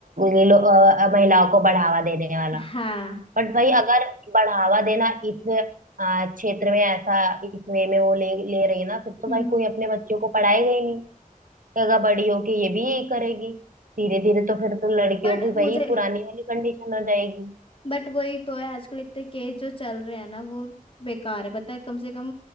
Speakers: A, on the right; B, on the left.
A: ये लोग अ, महिलाओं को बढ़ावा देने वाला
B: हाँ
A: बट भाई अगर बढ़ावा देना इस अ, क्षेत्र में ऐसा इस वे में वो ले ले रही है ना फिर तो
B: हम्म
A: भाई
B: हम्म।
A: कोई अपने बच्चों को पढ़ाएगा ही नहीं जगह बड़ी होके ये भी यही करेगी धीरे धीरे तो फिर तो लड़कियों
B: बट
A: की वही
B: मुझे
A: पुरानी वाली कंडीशन हो जाएगी
B: बट वही तो है आजकल इतने केस जो चल रहे हैं ना वो बेकार है पता है कम से कम